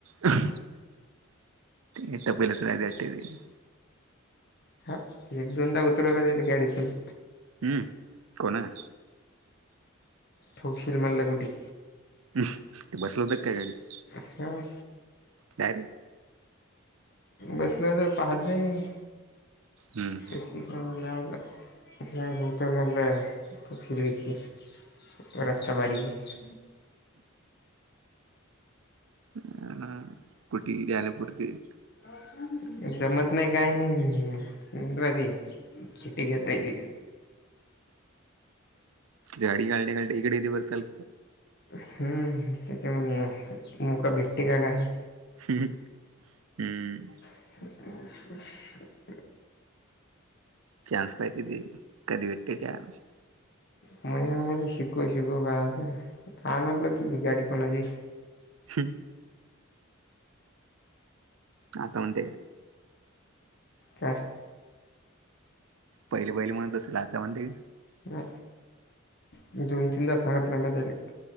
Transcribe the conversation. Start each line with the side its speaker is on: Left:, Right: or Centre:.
Right: हह एठ प <unintelligible> अटेदी <unintelligible>
Left: हां, एक दोनदा उतरवलं, त्यांन गाडीतून.
Right: हम्म, कोण ये?
Left: तौशिल मल्लगुडी.
Right: ह्म, ते बसल होत, काय गाडीत?
Left: हो.
Right: काय र?
Left: बसलं होतं, पाहतं.
Right: हम्म.
Left: असी <unintelligible> मला <unintelligible> नाही होूतर मतल तू फख रस् भारी <unintelligible>
Right: हम्म कुटी त्या्याले पूरती <unintelligible>
Left: बसून जमत नाही, काय नही, घरी चीटटी घेता ति
Right: गाडी घालणेसाठी इकडे <unintelligible> चल
Left: ह्म, त्याच्यामुळे मोका भेटते का, काय?
Right: हह, हम्म.
Left: ह <unintelligible>
Right: चान्स पाहिती ते, कधी भेटते चान्स?
Left: म्हणे मला शिकव-शिकव पा आता, आणलं तुझ गाडी कोणाची
Right: हम्म. आता म्हणते का?
Left: काय?
Right: पहिले-पहिले म्हणत असल, आता म्हणते का?
Left: म दोन-तीनदा सांगतलं मी त्याले,